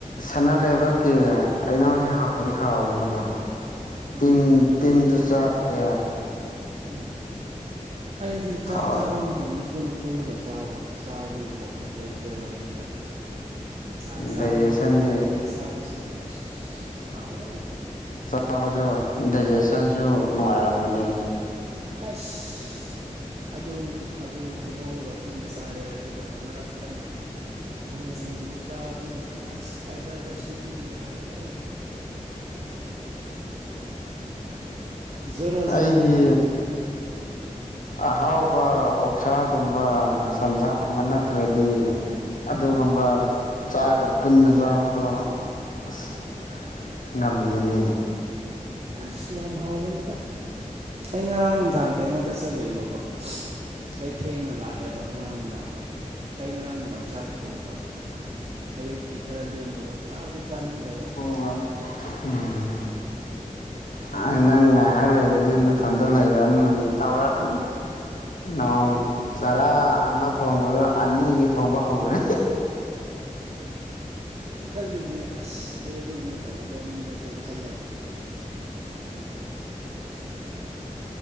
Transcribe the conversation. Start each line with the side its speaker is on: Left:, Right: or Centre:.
Left: ꯁꯅꯥ ꯂꯩꯕꯛꯀꯤ ꯑꯩꯩꯅꯧꯁ ꯍꯥꯎꯗꯤ ꯍꯥꯎꯋꯤꯅꯦꯀꯣ
Right: ꯎꯝ
Left: ꯇꯤꯟ
Right: ꯑꯁ
Left: ꯇꯤꯟꯁꯨ ꯆꯥꯗꯦ
Right: ꯎꯝ ꯑꯩꯗꯤ ꯆꯥꯛ
Left: ꯍꯥꯎ
Right: ꯆꯥꯕ ꯃꯇꯝꯗ ꯄꯨꯜꯂꯒ ꯆꯥꯕꯑꯣ ꯆꯥꯕꯅꯤꯅꯀꯣ ꯂꯩꯇ꯭ꯔꯦꯕ ꯑꯩꯒꯤꯗ ꯆꯥꯛ ꯆꯥꯕ
Left: ꯗꯥꯏꯖꯦꯁꯟꯗꯤ
Right: ꯃꯇꯝꯗ ꯄꯨꯜꯂꯒ ꯆꯥꯕꯁꯤꯗꯤ ꯑꯁ ꯁꯥꯎꯋꯦ ꯑꯩ
Left: ꯐꯕꯗ ꯗꯥꯏꯖꯦꯁꯟꯁꯨ ꯅꯨꯡꯉꯥꯏꯔꯝꯕꯅꯤ
Right: ꯑꯁ ꯑꯗꯨꯕꯨ ꯑꯗꯨꯕꯨ ꯍꯩꯅꯧꯒ ꯄꯨꯟꯅ ꯆꯥꯔꯦ ꯑꯗꯨꯒ ꯃꯔꯛ ꯇꯥꯅ ꯊꯥꯡꯖꯤꯡꯁꯨ ꯆꯥꯕꯅꯤꯅ ꯑꯁ ꯐꯥꯏꯗꯕꯁꯤꯗꯤ ꯅꯨꯡꯉꯥꯏꯔꯦꯍꯦ ꯖꯣꯔꯣ ꯖꯣꯔꯣ
Left: ꯑꯩꯗꯤ
Right: ꯇꯥꯕꯤꯅꯦꯗ
Left: ꯑꯍꯥꯎꯕ ꯑꯣꯛꯁꯥ ꯨꯒꯨꯝꯕ ꯁꯟꯁꯥꯒꯨꯝꯕ ꯅꯠꯇ꯭ꯔꯗꯤ ꯑꯗꯨꯒꯨꯝꯕ ꯆꯥꯒ ꯄꯨꯟꯅ ꯆꯥꯕꯗꯣ ꯑꯁ ꯉꯝꯗꯦꯅꯦ
Right: ꯑꯁ ꯌꯥꯝ ꯍꯥꯎꯕꯅꯤꯗ ꯑꯩ ꯉꯔꯥꯡ ꯅꯨꯡꯗꯥꯡ ꯀꯩꯅꯣꯗ ꯆꯠꯂꯦꯕꯀꯣ ꯑꯩ ꯊꯦꯡꯅ ꯂꯥꯛꯑꯦꯕ ꯉꯔꯥꯡ ꯅꯨꯡꯗꯥꯡꯗꯣ ꯑꯩ ꯉꯔꯥꯡ ꯅꯨꯡꯗꯥꯡ ꯆꯥꯛ ꯊꯣꯡꯗꯕ ꯑꯌꯨꯛꯀꯤ ꯈꯔ ꯂꯦꯝꯕꯗꯣ ꯆꯥꯛꯁꯨ ꯆꯥꯅꯤꯡꯗꯕ
Left: <unintelligible> ꯎꯝ ꯑꯏ
Right: ꯑꯁ
Left: ꯅꯪ ꯉꯥꯏꯍꯥꯛ ꯂꯩꯔꯤꯗꯤ ꯅꯊꯟꯗ ꯂꯩ <unintelligible> ꯇꯧꯔꯥꯛ ꯀꯅꯤ ꯅꯣꯡ ꯆꯔꯥ ꯑꯃ ꯊꯣꯡꯕꯗꯣ ꯑꯅꯤꯒꯤ ꯊꯣꯡꯕ ꯍꯧꯔꯦ
Right: ꯈꯜꯂꯤꯅꯦ ꯑꯁ ꯑꯩ ꯑꯗꯨꯒꯨꯝꯕ ꯇꯧꯒꯗꯧ ꯃꯤ ꯅꯠꯇꯦ ꯈꯜꯂꯕ